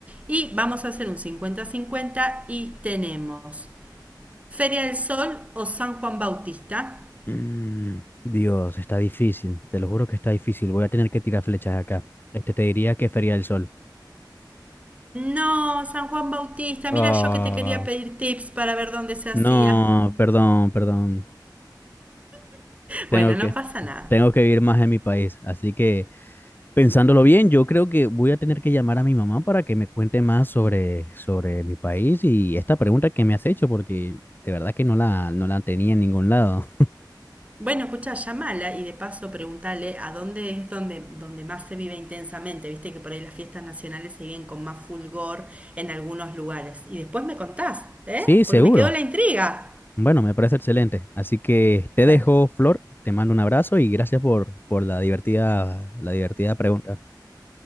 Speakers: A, on the right (about 15°); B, on the left (about 25°).
A: Y vamos a hacer un cincuenta-cincuenta y tenemos Feria del Sol o San Juan Bautista.
B: Mm, Dios, está difícil. Te lo juro que está difícil. Voy a tener que tirar flechas acá. Este, te diría que Feria del Sol.
A: No, San Juan Bautista,
B: Ah.
A: mira yo que te quería pedir tips para ver dónde se hacía.
B: No, perdón, perdón. Tengo
A: Bueno,
B: que,
A: no pasa nada.
B: tengo que vivir más en mi país. Así que, pensándolo bien, yo creo que voy a tener que llamar a mi mamá para que me cuente más sobre, sobre mi país y esta pregunta que me has hecho, porque de verdad que no la, no la tenía en ningún lado. <laughs>
A: Bueno, escucha, llamala y de paso preguntale a dónde es donde, donde más se vive intensamente. Viste que por ahí las fiestas nacionales se viven con más fulgor en algunos lugares. Y después me contás, ¿eh?
B: Sí, seguro.
A: Porque me quedó la intriga.
B: Bueno, me parece excelente. Así que te
A: Dale.
B: dejo, Flor, te mando un abrazo y gracias por, por la divertida, la divertida pregunta.